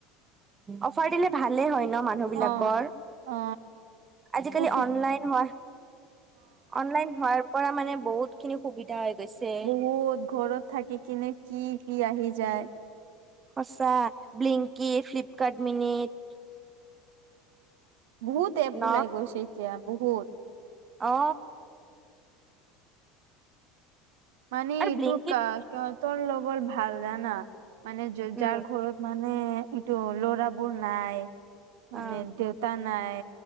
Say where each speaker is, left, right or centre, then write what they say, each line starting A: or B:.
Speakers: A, on the right; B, on the right.
A: অফাৰ দিলে ভালে হয় ন মানুহ বিলাকৰ
B: অ অ
A: আজিকালি
B: অফি
A: অনলাইন হোৱা অনলাইন হোৱাৰ পৰা মানে বহুত খিনি সুবিধা হৈ গৈছে।
B: বহুত ঘৰত থাকি কিনে কি কি আহি যায়।
A: সঁচা ব্লিংকি ফ্লিপকাৰ্ট মিনিট
B: বহুত এপ
A: ন
B: ওলাই গৈছে এতিয়া বহুত।
A: অঁ।
B: মানে
A: আৰু
B: ইটো
A: ব্লিংকিত
B: কা তৰ লগৰ ভাল জানা মানে
A: উম
B: যাৰ ঘৰত মা নে এইটো ল'ৰাবোৰ নাই মানে
A: অ
B: দেউতা নাই।